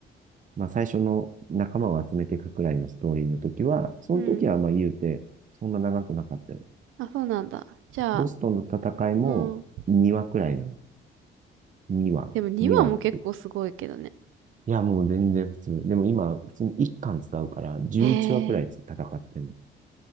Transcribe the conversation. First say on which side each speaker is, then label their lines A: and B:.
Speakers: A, on the right; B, on the right.
A: まあ最初の仲間を集めていくくらいのストーリーの時は、その時はまあ言うて、
B: うん。
A: そんな長くなかったよ。
B: あ、そうなんだ。じゃあ、
A: ボスとの戦いも2話くらいなの。
B: うん。
A: 2話、
B: でも2話も結構すごいけどね。
A: 2話って。いや、もう全然普通。でも今、普通に1巻使うから、11話くらい戦ってるの。
B: ええ